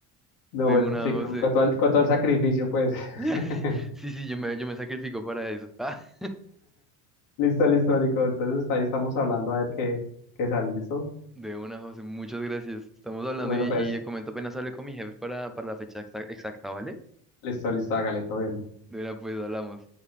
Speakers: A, on the left; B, in the centre.
A: No,
B: de
A: pues
B: una
A: sí,
B: José.
A: con, con todo el, con todo el sacrificio pues.
B: <laughs>
A: <laughs>
B: Sí, sí, yo me, yo me sacrifico para eso. <laughs>
A: Listo, listo, Nico. Entonces ahí estamos hablando a ver qué, qué sale, ¿listo?
B: De una, José, muchas gracias. Estamos hablando
A: Bueno,
B: y, y
A: pues
B: le comento apenas hable con mi jefe para, para la fecha exacta, exacta, ¿vale?
A: listo, listo, hágale, todo bien.
B: De una, pues hablamos.